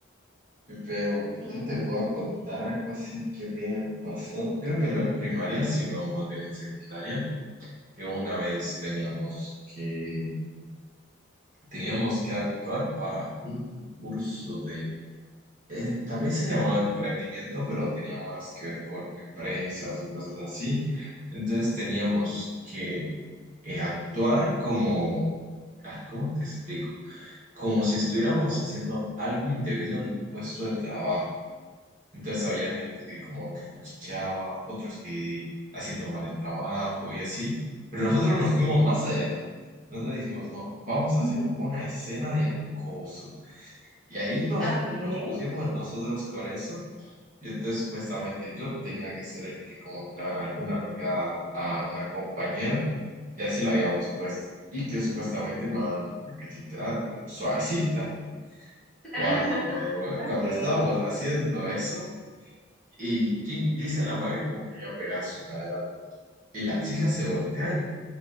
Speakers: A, on the right (about 40°); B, in the centre.
A: Pero que
B: Sí.
A: yo te pueda contar algo así que me ha pasado. Creo que no en primaria, sino más bien en secundaria, que una vez teníamos que teníamos que actuar para un curso de... eh, también se llamaba emprendimiento, pero tenía más que ver con empresas y cosas así. Entonces teníamos que eh, actuar como... ah, ¿Cómo te explico? Como si estuviéramos haciendo algo indebido en un puesto de trabajo. Entonces había gente que como que cuchicheaba, otros que haciendo mal el trabajo y así. Pero nosotros nos fuimos más allá. Nosotros dijimos, no, vamos
B: <laughs>
A: a hacer una escena de acoso. Y ahí nos,
B: Okay.
A: nos pusimos nosotros con eso. Y entonces supuestamente yo tenía que ser el que como que le daba una largada a una compañera. Y así lo habíamos puesto. Y que supuestamente me daban una cachetada pero suavecita.
B: <laughs>
A: Cuando,
B: Okay.
A: cuando estábamos haciendo eso. Y Jin- dice la madre como que le iba a pegar su nalgada. Y la chica se voltea y